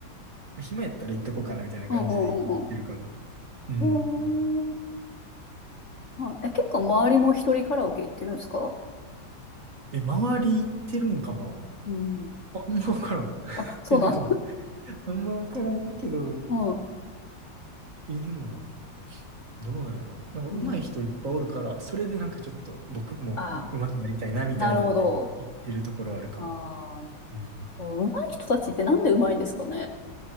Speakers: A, on the right; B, on the left.
A: う。暇やったら行っとこうかなみたいな感じで行ってるかな。
B: うんうんう
A: うん。
B: ん。へえ。あ、え、結構周りも一人カラオケ行ってるんですか
A: え、周り行ってるんかな
B: うん。
A: あんまわからん。<laughs>
B: あ、そうなんだ。
A: え、でも、あんまわからんけど、
B: うん。
A: え、でも、どうなんやろなんか上手い人いっぱいおるから、
B: うん。
A: それでなんかちょっと僕も上手くなりたいなみたいなので行ってるところはあるかも。
B: ああ、なるほど。ああ、
A: うん。
B: そう、上手い人たちってなんで上手いんですかね。